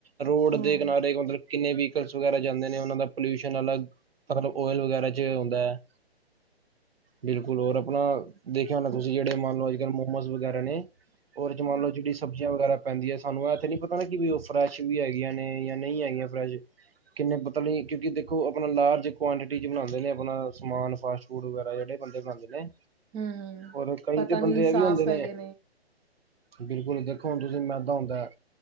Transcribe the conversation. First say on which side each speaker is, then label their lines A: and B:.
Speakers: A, on the right; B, on the right.
A: ਰੋਡ
B: ਹੂੰ-ਹੂੰ,
A: ਦੇ ਕਿਨਾਰੇ ਮਤਲਬ, ਕਿੰਨੇ ਵਹੀਕਲਸ ਵਗੈਰਾ ਜਾਂਦੇ ਨੇ, ਉਹਨਾਂ ਦਾ ਪੋਲਿਊਸ਼ਨ ਅਲੱਗ ਮਤਲਬ, ਓਇਲ ਵਗੈਰਾ ਚ ਹੁੰਦਾ ਹੈ। ਬਿਲਕੁਲ, ਹੋਰ ਆਪਣਾ ਦੇਖਿਆ ਹੋਣਾ, ਤੁਸੀਂ ਜਿਹੜੇ ਮੰਨ ਲਓ, ਅੱਜ ਕੱਲ ਮੋਮੋਸ ਵਗੈਰਾ ਨੇ ਔਰ ਜੇ, ਮੰਨ ਲਉ ਜਿਹੜੀ ਸਬਜ਼ੀਆਂ, ਵਗੈਰਾ ਪੈਂਦੀਆਂ ਸਾਨੂੰ ਆ ਤੇ ਨੀ ਪਤਾ ਨਾ, ਕਿ ਵੀ, ਉਹ ਫਰੈਸ਼ ਵੀ ਹੈਗੀਆਂ ਨੇ, ਜਾਂ ਨਹੀਂ ਹੈਗੀਆਂ ਫਰੈਸ਼ ਕਿੰਨੇ ਪਤਾ ਨਹੀਂ, ਕਿਉਂਕਿ ਦੇਖੋ ਆਪਣਾ ਲਾਰਜ ਕੁਆਂਟਿਟੀ ਚ ਬਣਾਉਂਦੇ ਨੇ, ਆਪਣਾ ਸਮਾਨ ਫਾਸਟ ਫੂਡ ਵਗੈਰਾ। ਬੜੇ ਬੰਦੇ ਬਣਾਉਂਦੇ ਨੇ,
B: ਹੂੰ-ਹੂੰ,
A: ਔਰ ਕਈ
B: ਪਤਾ
A: ਤੇ ਬੰਦੇ
B: ਨੀ
A: ਇਹ ਵੀ
B: ਸਾਫ਼
A: ਹੁੰਦੇ ਨੇ
B: ਹੈਗੇ
A: ਬਿਲਕੁਲ ਦੇਖੋ, ਹੁਣ ਤੁਸੀਂ ਮੈਦਾ ਹੁੰਦਾ